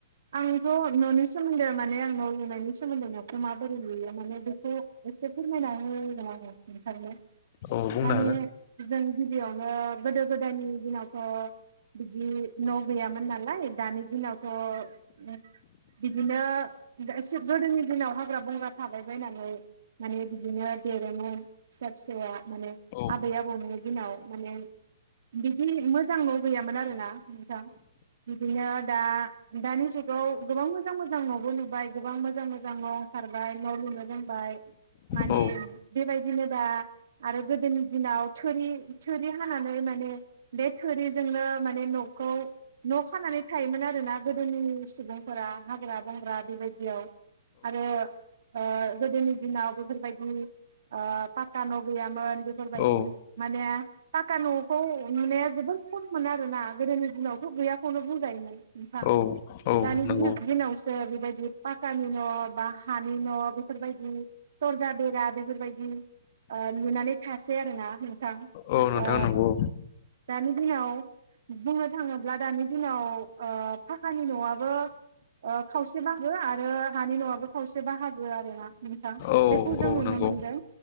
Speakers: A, on the right; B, on the left.
A: आंथ न'नि सोमोन्दै माने आं न लुनायनि सोमोन्दै न'खौ माबोरै लुयो मा माने बेखौ एसे फोरमायना होगोन आङो नोंथांनो।
B: औ बुंनो
A: माने
B: हागोन
A: जों गिबियावनो गोदो गोदायनि दिनाव थ' बिदि न गैयामोन नालाय दानि थ' बिदिनो बिदा एसे गोदोनि दिनाव हाग्रा बंग्रा थाबाय बायनानै माने बिदिनो देरोमोन फिसा फिसौआ। माने
B: औ
A: आबै आबौनि दिनाव माने बिदि मोजां न' गैयामोन आरोना नोंथां बिदिनो आ दानि जुगाव गोबां मोजां मोजां न'बो लुबाय गोबां मोजां मोजां न' ओंखार बाय न' लुनो रोंबाय माने
B: औ
A: बेबायदिनो दा आरो गोदोनि दिनाव थोरि थुरि हानानै माने बे थोरिजोंनो माने न'खौ न' खानानै थायोमोन आरो ना गोदोनि सुबुं फोरा हाग्रा बंग्रा बेबायदियाव आरो ओ गोदोनि दिनाव बेफोरबायदि ओ पाक्का न' गैयामोन। बेफोरबायदि
B: औ
A: माने पाक्का न'खौ नुनाया जोबोर खममोन आरोना। गोदोनि दिनावथ' गैयाखौनो बुंजायोमोन नोंथां
B: औ औ
A: दानि
B: नंगौ
A: दि-दिनाव सो बेबायदि पाक्कानि न' बा हानि न' बेफोरबायदि दरजा बेरा बेफोरबायदि। ओ लुनानै थासै आरो ना नों थां
B: औ नोंथां
A: ओ
B: नंगौ
A: दानि दिनाव बुंनो थाङोब्ला दानि दिनाव ओ फाक्कानि न'आबो ओ खावसे बाहागो आरो हानि न'आबो खावसे बाहागो आरो ना नोंथां
B: औ
A: बेखौ जों
B: औ
A: नुनो
B: नंगौ
A: मोनदों